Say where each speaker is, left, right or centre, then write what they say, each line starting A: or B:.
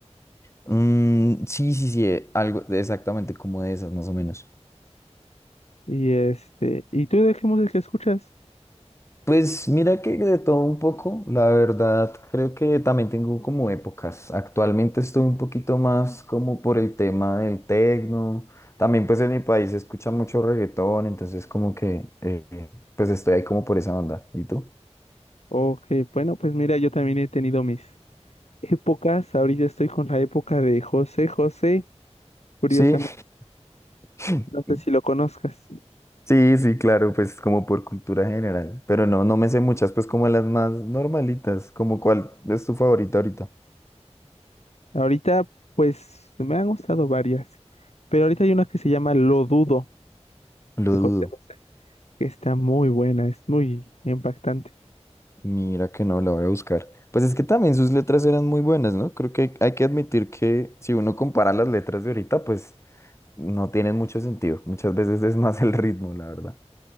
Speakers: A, on the left; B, on the left.
A: Mm, sí, sí, sí, eh, algo de- exactamente como de esas, más o menos.
B: Y este, ¿y tú de qué música escuchas?
A: Pues mira que de todo un poco, la verdad creo que también tengo como épocas. Actualmente estoy un poquito más como por el tema del tecno. También pues en mi país se escucha mucho reggaetón, entonces como que eh, pues estoy ahí como por esa onda. ¿Y tú?
B: Ok, bueno, pues mira, yo también he tenido mis épocas. Ahorita estoy con la época de José José, curiosamente.
A: Sí, <laughs>
B: No sé si lo conozcas.
A: sí, sí, claro, pues como por cultura general. Pero no, no me sé muchas, pues como las más normalitas, como cuál es tu favorita ahorita.
B: Ahorita, pues, me han gustado varias, pero ahorita hay una que se llama Lo Dudo
A: Lo
B: de
A: dudo.
B: José José, que está muy buena, es muy impactante.
A: Mira que no, la voy a buscar. Pues es que también sus letras eran muy buenas, ¿no? Creo que hay, hay que admitir que si uno compara las letras de ahorita, pues no tienen mucho sentido. Muchas veces es más el ritmo, la verdad.